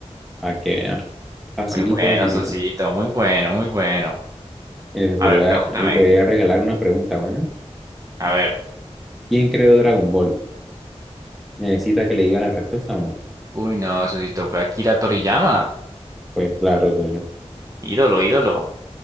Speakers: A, in the centre; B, on the right.
A: Para que vea. Facilito,
B: Muy bueno,
A: facilito.
B: Sosito, muy bueno, muy bueno.
A: Eh, socio,
B: A
A: le
B: ver,
A: voy
B: pregúntame.
A: a, le voy a regalar una pregunta, bueno.
B: A ver.
A: ¿Quién creó Dragon Ball? ¿Necesita que le diga la respuesta o no?
B: Uy, no, Sosito, fue Akira Toriyama.
A: Pues claro, socio.
B: Ídolo, ídolo.